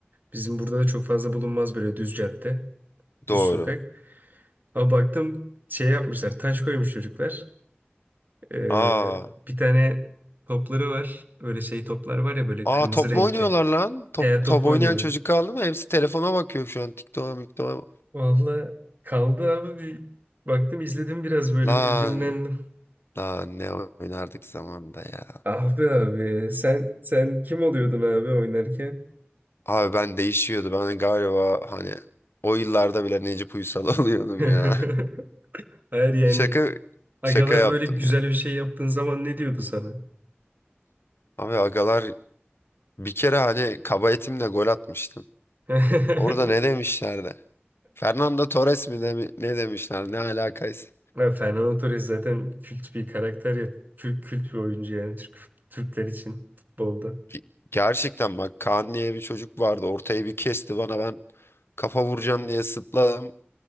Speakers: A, on the right (about 50°); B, on the left (about 70°).
A: Bizim burada da çok fazla bulunmaz böyle düz cadde,
B: doğru.
A: düz sokak. Ama baktım şey yapmışlar, taş koymuş çocuklar. E,
B: Aa,
A: bir tane topları var. Öyle şey toplar var ya böyle kırmızı
B: aa top
A: renkli.
B: mu oynuyorlar lan? Top,
A: He top
B: top
A: oynuyorlar.
B: oynayan çocuk kaldı mı? Hepsi telefona bakıyor şu an. TikTok'a miktoğa.
A: Valla kaldı abi bir baktım izledim biraz böyle
B: Lan
A: bir hüzünlendim.
B: lan ne oynardık zamanda ya.
A: Abi abi sen sen kim oluyordun abi oynarken?
B: Abi ben değişiyordu. Ben galiba hani o yıllarda bile Necip Uysal <laughs> oluyordum
A: <laughs>
B: ya.
A: Hayır yani
B: Şaka
A: agalar
B: şaka yaptım
A: böyle güzel
B: ya.
A: bir şey yaptığın zaman ne diyordu sana?
B: Abi agalar bir kere hani kaba etimle gol atmıştım.
A: <laughs>
B: Orada ne demişlerdi? Fernando Torres mi demi- ne demişler ne alakaysa.
A: Ya Fernando Torres zaten kült bir karakter ya. Kült, kült bir oyuncu yani Türk Türkler için futbolda.
B: Ge- Gerçekten bak Kaan diye bir çocuk vardı. Ortaya bir kesti bana ben kafa vuracağım diye zıpladım.